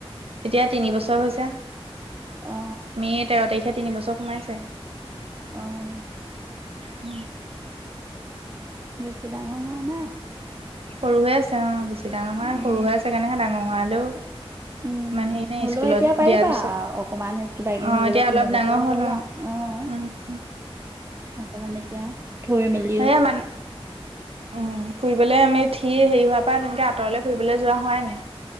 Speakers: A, on the right; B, on the right.
A: এতিয়া তিনিবছৰ হৈছে
B: অ
A: মে' তেৰ তাৰিখে তিনিবছৰ সোমাইছে
B: অহ
A: ম
B: বেছি ডাঙ হোৱা নাই
A: সৰু হৈ আছে অ বেছি ডাঙৰ হোৱা
B: উম
A: নাই সৰু হৈ আছে কেনেকে ডাঙৰ হোৱা হলেও
B: উম
A: ইমান
B: উ
A: হেৰি নাই
B: হলেও
A: স্কুলত
B: এতিয়া পাৰিবা
A: দিয়াৰ পিছত
B: অকনমান কিবা কিনি
A: অ',
B: হেৰি কৰিবলে
A: এতিয়া
B: তিনিবছৰ
A: অলপ ডাঙৰ
B: হ'ল
A: অ',
B: আও অ
A: উম,
B: অকমান এতিয়া থৈ মেলি
A: সেয়ে মান উম ফুৰিবলে আমি থি হেৰি হোৱাৰ পৰা তেনেকে আঁতৰলে ফুৰিবলৈ যোৱা হোৱাই নাই